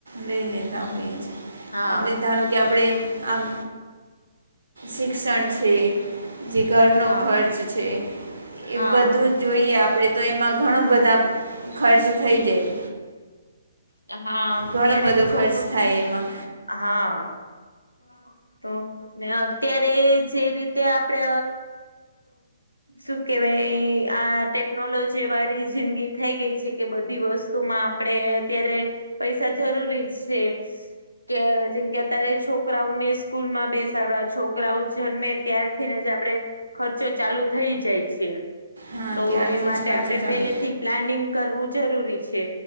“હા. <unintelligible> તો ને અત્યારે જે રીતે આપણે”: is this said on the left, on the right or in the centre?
Left